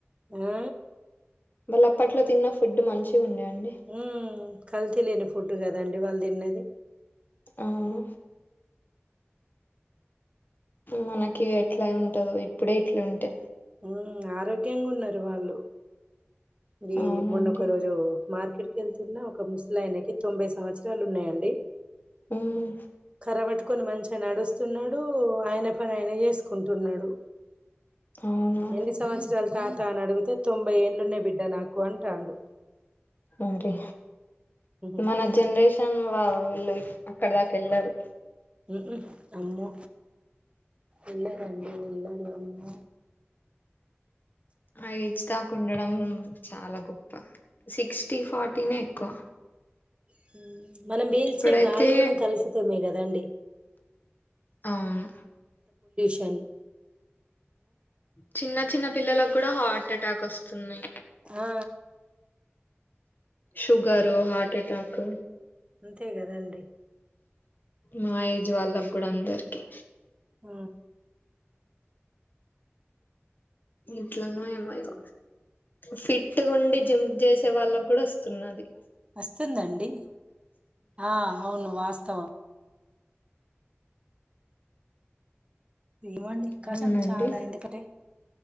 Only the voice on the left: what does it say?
వాళ్ళ అప్పట్లో తిన్న ఫుడ్ మంచిగా ఉండే అండి
అవును మనకి ఎట్లా ఉంటదో ఇప్పుడే ఇట్ల ఉంటే
అవునండి
ఉమ్
అవునా
అ రే
మన జనరేషన్ వాల్ ళ్ళ అక్కడ దాకా ఎళ్లారు
ఆ ఏజ్ దాకుండడం చాలా గొప్ప సిక్స్టీ ఫార్టీనే ఎక్కువ
ఇప్పుడైతే
అవును
చిన్న చిన్న పిల్లలకు కూడా హార్ట్ అటాక్ వస్తున్నాయి
షుగరు హార్ట్ అటాక్
మా ఏజ్ వాళ్ళ కూడా అందరికీ
ఎట్లనో ఏమో ఇగ ఫిట్ గుండి జిమ్ చేసే వాళ్ళకి కూడా వ తున్నది
అవునండి